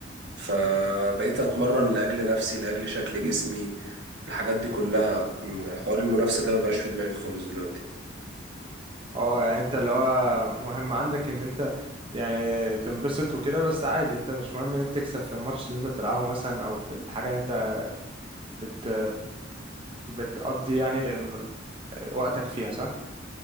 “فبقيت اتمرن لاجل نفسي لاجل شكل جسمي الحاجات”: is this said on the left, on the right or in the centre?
Right